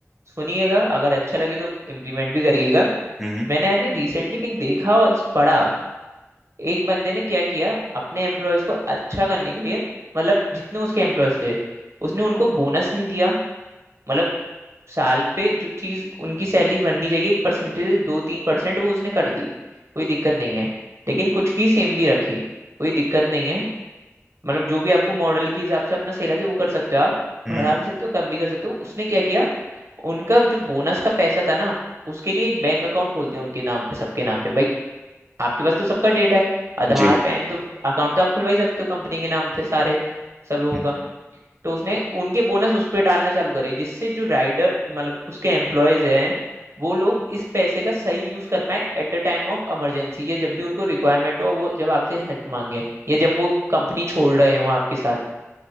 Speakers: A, on the right; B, in the centre.
A: सुनिएगा अगर अच्छा लगे तो इम्प्लीमेंट भी करिएगा
B: हम्म
A: मैंने यानी रिसेंटली कहीं देखा और पढ़ा एक बंदे ने क्या किया अपने एम्प्लॉयज को अच्छा करने के लिए मतलब जितने उसके एम्प्लॉयज थे उसने उनको बोनस नहीं दिया मतलब साल पे जो चीज उनकी सैलरी बननी चाहिए एक परसेंटेज दो तीन परसेंट वो उसने कर दी कोई दिक्कत नहीं है लेकिन कुछ की सेम भी रखी कोई दिक्कत नहीं है मतलब जो भी आपको मॉडल के हिसाब से अपना सही लगे वो कर सकते हो आप
B: हम्म
A: बढ़ा
B: हम्म,
A: भी सकते हो कम भी कर सकते हो उसने क्या किया उनका जो बोनस का पैसा था ना उसके लिए एक बैंक अकाउंट खोल दिया उनके नाम पे सबके नाम पे भाई आपके पास तो सबका डेटा है आधार
B: जी
A: पैन तो अकाउंट तो आप खुलवा ही सकते हो कंपनी के नाम पे सारे सब लोगों
B: हम्म
A: का
B: हम्म,
A: तो उसने उनके बोनस उस पर डालना चालू करी जिससे जो राइडर मतलब उसके एम्प्लॉयज हैं वो लोग इस पैसे का सही यूज कर पाए at the time of emergency या जब भी उनको रिक्वायरमेंट हो वो जब आपसे हेल्प मांगे या जब वो कंपनी छोड़ रहे हो आपके साथ